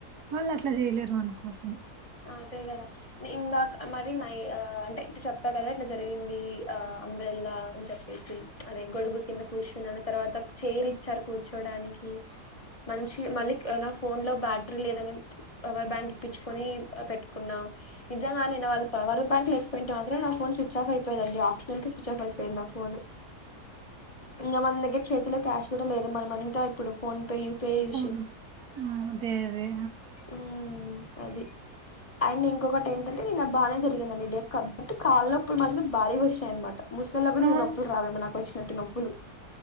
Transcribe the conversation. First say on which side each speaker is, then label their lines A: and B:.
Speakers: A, on the right; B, on the left.
A: వాళ్ళు అట్లా చేయలేరు వాన్కోసం
B: అ అంతే కదా న ఇందాక మరి నై అంటే ఇ చెప్పా కదా ఇట్లా జరిగింది ఆ అంబ్రెల్లా అని చెప్పేసి అదే గొడుగు కింద కూర్చున్నాను తర్వాత చైర్ ఇచ్చారు కూర్చోడానికి మంచి మళ్ళీ నా ఫోన్లో బ్యాటరీ లేదని పవర్ బ్యాంక్ ఇప్పచ్చుకొని పెట్ న్నాం నిజంగా నేను వాళ్ళ పవర్ బ్యాంకు మాత్రం నా ఫో స్విచ్ ఆఫ్ అయిపోయిదండి ఆఫటర్నన్ క స్విచ్ ఆఫ్ అయిపోయింది నా ఫోన్ ఇంకా మన దగ్గర చేతిలో క్యాష్ కూడా లేదు మన అంతా ఇప్పుడు ఫోన్ పే యూపీఐ యూజ్
A: ఓను ఆ అదే అదే
B: ఆ అది అండ్ ఇంకొకటి ఏంటంటే నిన బానే జరిగిందండి డెక్ కబట్ కాళ్ల్లోప్పుడు మాత్రం భారీగా వచ్చినాయ అనమాట ముస్సులోలకి కూడా
A: ఆ
B: ఈ నొప్పులు రాదమ నాకు వచ్చినట్ నొప్పులు